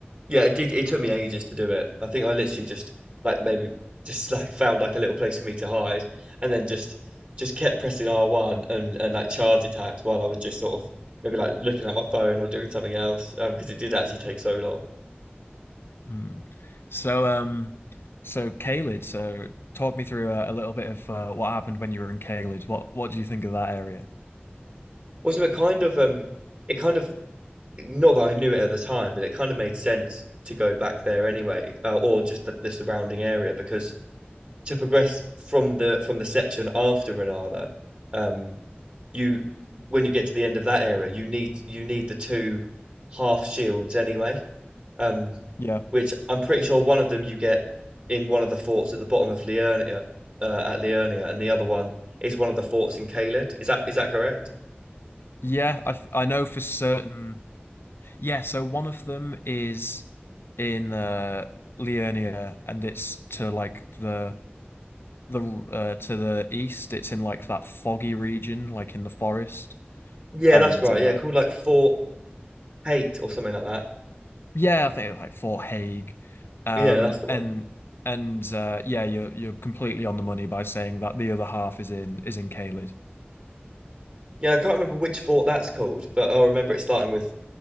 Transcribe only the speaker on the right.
Yeah, it did. It took me ages to do it. I think I literally just like maybe just <laughs> like found like a little place for me to hide, and then just just kept pressing R one and and like charge attacks while I was just sort of maybe like looking at my phone or doing something else. Um, because it did actually take so long.
Wasn't it kind of um, it kind of not that I knew it at the time, but it kind of made sense to go back there anyway, uh, or just the, the surrounding area because to progress from the from the section after Renala, um, you when you get to the end of that area, you need you need the two half shields anyway. Um,
which I'm pretty sure one of them you get in one of the forts at the bottom of Liurnia, uh, at Liurnia, and the other one is one of the forts in Caelid. Is that is that correct?
Yeah,
that's right.
Yeah, called like Fort Hate or something like that.
Yeah, that's the one.
Yeah, I can't remember which fort that's called, but I remember it starting with